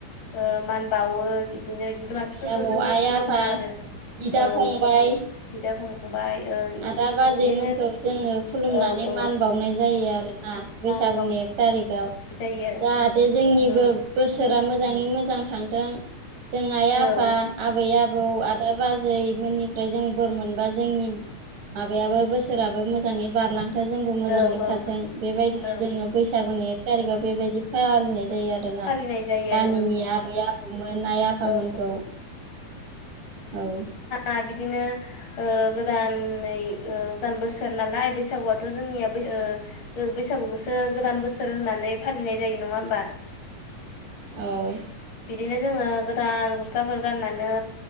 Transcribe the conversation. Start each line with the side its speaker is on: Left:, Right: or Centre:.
Left: ओ मान बाावो बिदिनो गिदिर
Right: आबै
Left: मानसिफोरखौ
Right: आबौ
Left: जोङो
Right: आइ
Left: खुलुमो
Right: आफा
Left: आरो
Right: बिदा
Left: औ
Right: फंबाय
Left: बिदा फंबाय ओं
Right: आदा बाजै
Left: बिदिनो
Right: मोनखौ जोङो खुलुमनानै
Left: औ औ
Right: मान बावनाय जायो आरोना बैसागुनि
Left: मान
Right: एक थारिकाव
Left: बावनाय जायो
Right: जाहाथे जोंनिबो
Left: आरो औ
Right: बोसोरा मो मोजाङै मोजां थांथों जों आइ,
Left: औ
Right: आफा आबै, आबौ आ दा बाजै मोननिफ्राय जों बोर मोनबा जोंनि माबायाबो बोसोराबो मोजाङै बारलां दा जोंबो मोजाङै
Left: औ औ
Right: थाथों बेबायदिनो
Left: औ
Right: जोङो बैसागुनि एखथारिखाव बे बायदि फालिनाय जायो आर गोना
Left: फालिनाय जायो
Right: गामिनि
Left: आरो
Right: आबै आबौ मोन आइ आफामोनखौ
Left: ओं औ औ
Right: औ
Left: आ बिदिनो ओ गोदानै गोदान ओ बोसोर नालाय बैसागुआथ' जोंनिया बै ओ गु बैसागुखौसो गोदान बोसोर होननानै फालिनाय जायो नङा होमबा
Right: औ
Left: बिदिनो जोङो गोदान गस्लाफोर गाननानै